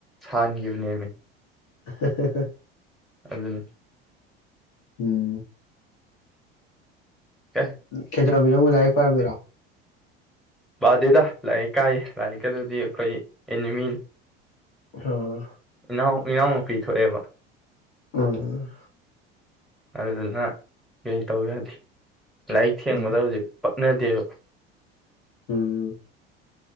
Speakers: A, in the centre; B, on the left.
A: ꯁꯥꯍꯟꯈꯤꯕꯅꯦꯃꯤ
B: <inaudible>
A: ꯑꯗꯨꯅꯦ
B: ꯎꯝ
A: ꯑꯦ
B: ꯀꯩꯗꯧꯔꯝꯃꯤꯅꯣ ꯂꯩꯔꯤꯛ ꯄꯥꯔꯝꯃꯤꯔꯣ
A: ꯄꯥꯗꯦꯗ ꯂꯥꯏꯔꯤꯛ ꯀꯥꯏꯌꯦ ꯂꯥꯏꯔꯤꯛꯀ ꯑꯗꯨꯗꯤ ꯑꯩꯈꯣꯏ ꯑꯦꯅꯤꯃꯤꯅꯤ
B: ꯑꯣ
A: ꯏꯅꯥꯎ ꯏꯅꯥꯎꯅꯨꯄꯤ ꯊꯣꯛꯑꯦꯕ
B: ꯎꯝ
A: ꯑꯗꯨꯅ ꯀꯩ ꯇꯧ ꯌꯥꯗꯦ ꯂꯥꯏꯔꯤꯛ ꯊꯦꯡꯕꯗ
B: ꯎꯝ
A: ꯍꯧꯖꯤꯛ ꯍꯩꯅꯗꯦꯕ
B: ꯎꯝ